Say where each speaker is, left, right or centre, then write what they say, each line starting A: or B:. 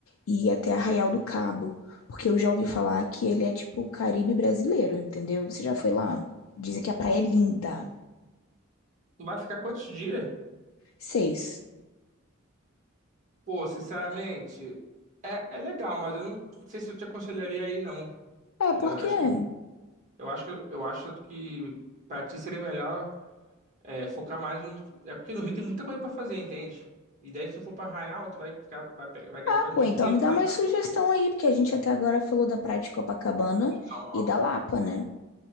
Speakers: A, on the left; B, on the right.
A: e ir até Arraial do Cabo, porque eu já ouvi falar que ele é tipo o Caribe brasileiro, entendeu? Você já foi lá? Dizem que a praia é linda.
B: Tu vai ficar quantos dias?
A: Seis.
B: Pô, sinceramente, é, é legal, mas eu não sei se eu te aconselharia aí, não.
A: Ah,
B: Entendeu?
A: por quê?
B: Eu acho que Eu acho, que- eu acho que pra ti seria melhor é, focar mais no. É porque no Rio tem muita coisa pra fazer, entende? E daí, se tu for pra Arraial, tu vai ficar, vai, pe- vai gastar
A: Ah,
B: o
A: pô,
B: dia
A: então
B: inteiro
A: me dá
B: lá
A: mais
B: em Arraial.
A: sugestão aí, porque a gente até agora falou da praia de Copacabana
B: Então, ó.
A: e da Lapa, né?